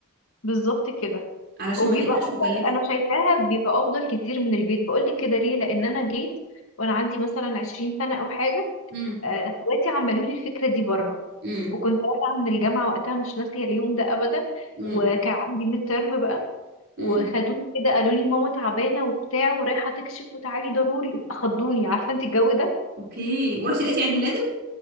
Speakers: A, on the left; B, on the right.
A: بالظبط كده
B: علشان
A: وبيبقى
B: ما تبقاش
A: افضل
B: مكلفه
A: انا شايفاها بيبقى افضل كتير من البيت بقولك كده ليه لان انا جيت وانا عندي مثلا 20 سنة او حاجة
B: امم
A: آه، اخواتي عملوا لي الفكره دي بره
B: امم
A: وكنت راجعه من الجامعه وقتها مش ناسيه اليوم ده ابدا
B: امم
A: وكان عندي ميد ترم بقى
B: امم
A: وخدوني كده قالوا لي ماما تعبانه وبتاع ورايحه تكشف وتعالي ضروري خضوني عارفه انت الجو ده
B: اوكي ورحتي لقيتي عيد ميلادك